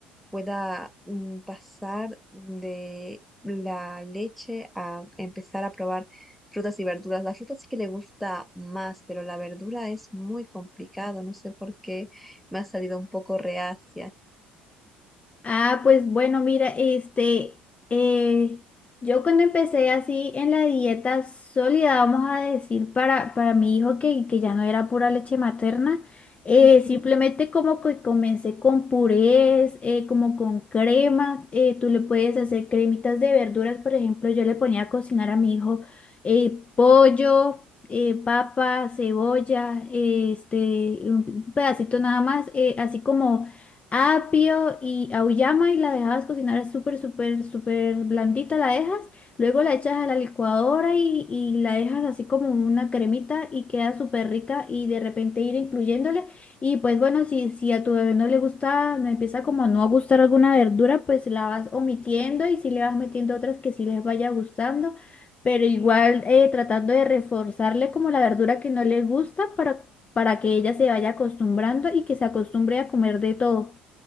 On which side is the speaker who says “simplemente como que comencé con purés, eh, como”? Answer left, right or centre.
Left